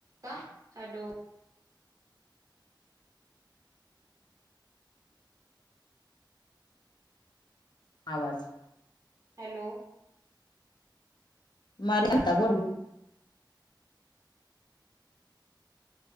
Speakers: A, on the right; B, on the left.
A: का हॅलो.
B: आवाज
A: हॅलो
B: मरंत बड <unintelligible>